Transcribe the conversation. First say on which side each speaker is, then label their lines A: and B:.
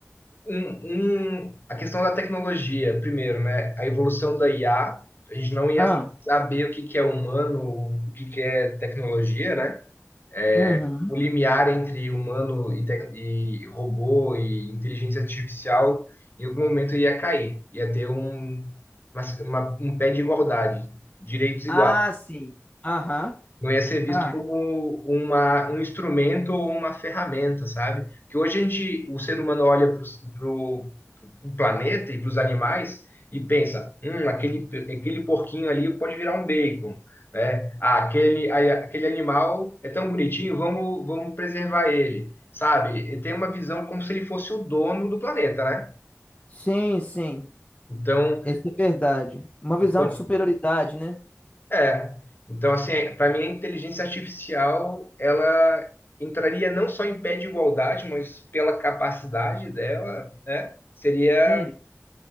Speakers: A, on the left; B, on the left.
A: Um, um, a questão da tecnologia, primeiro, né? A evolução da IA, a a gente não ia
B: Ah,
A: saber o que que é humano, o que que é tecnologia, né? É,
B: uhum.
A: o limiar entre humano e, tec- e robô e inteligência artificial, em algum momento ia cair, ia ter um, uma- uma- um pé de igualdade, direitos iguais.
B: Ah, sim. Aham.
A: Não ia ser visto
B: Ah,
A: como uma, um instrumento ou uma ferramenta, sabe? Que hoje a gente, o ser humano olha para o planeta e para os animais e pensa, hum, aquele, aquele porquinho ali pode virar um bacon, né? Ah, aquele, a- aquele animal é tão bonitinho, vamos, vamos preservar ele, sabe? E tem uma visão como se ele fosse o dono do planeta, né?
B: sim, sim.
A: Então,
B: Isso é verdade. Uma visão
A: então,
B: de superioridade, né?
A: É. Então, assim, para mim a inteligência artificial, ela entraria não só em pé de igualdade, mas pela capacidade dela, né? Seria,
B: Hum.